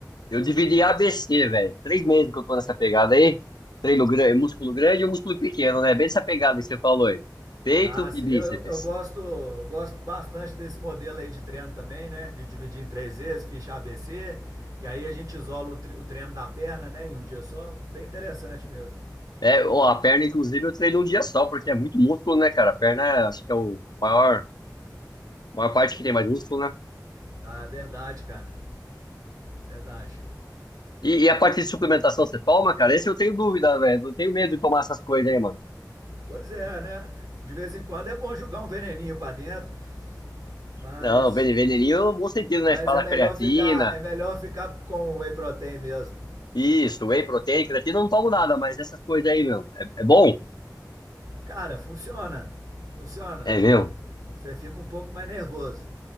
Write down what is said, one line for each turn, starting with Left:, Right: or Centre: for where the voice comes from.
Left: Eu dividi ABC, velho. Três meses que eu tô nessa pegada aí. Treino grande, músculo grande e um músculo pequeno, né? Bem essa pegada que você falou aí. Peito
Right: Ah, sim,
Left: e bíceps.
Right: eu, eu, eu gosto, gosto bastante desse modelo aí de treino também, né? De dividir em três vezes, ficha ABC, que aí a gente isola o, tre- o treino da perna, né? Em um dia só. Bem interessante mesmo.
Left: É, ó, a perna, inclusive, eu treino um dia só, porque é muito músculo, né, cara? A perna, acho que é o maior, maior parte que tem mais músculo, né?
Right: Ah, verdade, cara. Verdade.
Left: E, e a parte de suplementação, você toma, cara? Esse eu tenho dúvida, velho. Eu tenho medo de tomar essas coisas aí, mano.
Right: Pois é, né? De vez em quando é bom jogar um veneninho pra dentro, mas
Left: Não, vene- veneninho, no bom sentido,
Right: mas
Left: né? Você Fala
Right: é melhor
Left: creatina,
Right: ficar, é melhor ficar com o whey protein mesmo.
Left: isso, whey protein, creatina, eu não tomo nada, mas essas coisas aí, meu. É, é bom?
Right: Cara, funciona. Funciona.
Left: É, meu.
Right: Você fica um pouco mais nervoso.